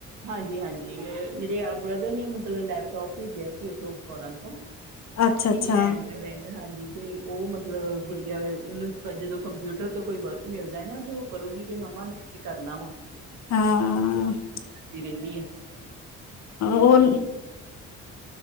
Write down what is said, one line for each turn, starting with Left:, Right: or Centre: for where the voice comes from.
Right: ਹਾਂਜੀ ਹਾਂਜੀ, ਮੇਰੇ ਆਪ ਬ੍ਰਦਰ ਨੇ ਮਤਲਬ ਲੈਪਟੋਪ ਭੇਜਿਆ ਸੀ ਉੱਥੋਂ, ਫੋਰਨ ਤੋਂ
Left: ਅੱਛਾ ਅੱਛਾ
Right: ਇੰਗਲੈਂਡ ਜੌ ਰਹਿੰਦਾ ਹਾਂਜੀ ਤੇ ਉਹ ਮਤਲਬ ਗੁੜੀਆਂ ਉਹਨੂੰ ਜਦੋਂ ਕੰਪਿਊਟਰ ਤੋਂ ਕੋਈ ਵਰਕ ਮਿਲਦਾ ਹੈ ਨਾ ਤੇ ਉਹ ਕਰੂਗੀ ਕਿ ਮੰਮਾ ਮੈਂ ਇਹ ਕਰਨਾ ਵਾ।
Left: ਹਾਂ-ਹਾਂ
Right: ਕਰਦੀ ਰਹਿੰਦੀ ਹੈ।
Left: ਉਹ